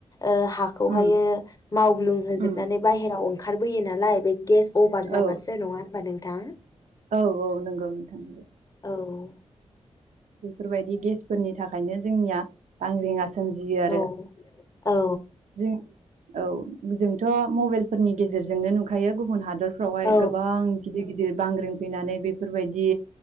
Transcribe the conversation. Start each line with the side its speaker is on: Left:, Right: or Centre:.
Left: ओ हाखौहायो
Right: उम
Left: मावग्लुंहोजोबनानै
Right: उम
Left: बाहेरायाव ओंखारबोयो नालाय बे गेस अभार जाबासो
Right: औ
Left: नङा होमबा नोंथां।
Right: औ औ नंगौ नोंथां नंगौ
Left: औ
Right: बेफोरबायदि गेसफोरनि थाखायनो जोंनिया बांग्रिंआ सोमजियो आरो।
Left: औ औ
Right: जों औ जोंथ' मबाइलफोरनि गेजेरजोंनो नुखायो गुबुन हादर फ्रावहाय
Left: औ
Right: गोबां गिदिर गिदिर बांग्रिं फैनानै बेफोरबायदि